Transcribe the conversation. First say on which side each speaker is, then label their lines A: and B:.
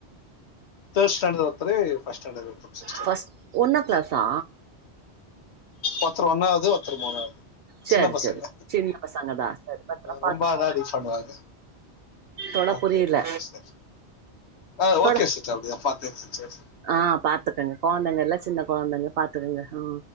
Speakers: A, on the left; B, on the right.
A: தோடு ஸ்டேண்டடு ஒருத்தரு ஃபஸ்ட் ஸ்டேண்டடு ஒருத்தரு சிஸ்டர்
B: ஃபஸ்ட் ஒன்னா கிளாஸா
A: ஒருத்தரு ஒன்னாவது ஒருத்தரு மூணாவது
B: சரி
A: சின்ன பசங்க
B: சரி சின்ன பசங்க தா சரி பத்திரமா பாத்துக்கோங்க
A: ரொம்ப அதாவது ரீச் பண்ணுவாங்க
B: தோழா
A: ஓகே
B: புரியல
A: ஒகே சிஸ்டர் ஆ
B: தோழா
A: ஒகே சிஸ்டர் அப்டிதா பாதே சிஸ்டர்ஸ்
B: ஆ பாத்துக்கங்க கொழந்தைங்கள்ல சின்ன கொழந்தைங்க பாத்துக்கங்க ஆ